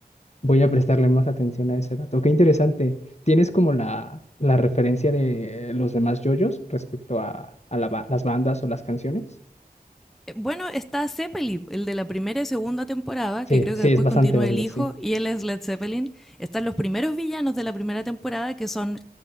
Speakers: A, on the left; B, in the centre.
A: voy a prestarle más atención a ese dato. Qué interesante. ¿Tienes como la, la referencia de los demás JoJo's respecto a, a la ba- las bandas o las canciones?
B: Eh, Bueno, está Zeppelin, el de la primera y segunda temporada,
A: Sí,
B: que creo
A: sí,
B: que después
A: es bastante
B: continúa
A: obvio,
B: el hijo,
A: sí.
B: y él es Led Zeppelin. Están los primeros villanos de la primera temporada, que son